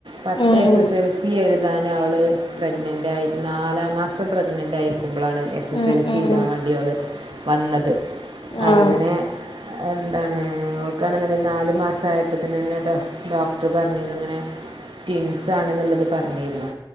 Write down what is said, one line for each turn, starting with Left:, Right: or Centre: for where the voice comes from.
Right: പത്ത്
Left: ഉം
Right: എസ് എസ് എൽ സി എഴുതാൻ അവള് പ്രഗ്നൻ്റായിർന്ന് നാലാം മാസം പ്രഗ്നൻ്റായി ക്കുമ്പളാണ് എസ് എസ്
Left: ഉം
Right: എൽ സി
Left: ഉം
Right: എഴുതാൻ വേണ്ടി അവള് വന്നത്
Left: ആഹ്
Right: അങ്ങനെ എന്താണ് ഓൾക്കാണെന്ന്ണ്ടെ നാല് മാസായപ്പോത്ത്നന്നെ ഡോക്ടറ് പറഞ്ഞിന്നുങ്ങനെ ട്വിൻസ് ആണെന്ന്ള്ളത് പറഞ്ഞീർന്നു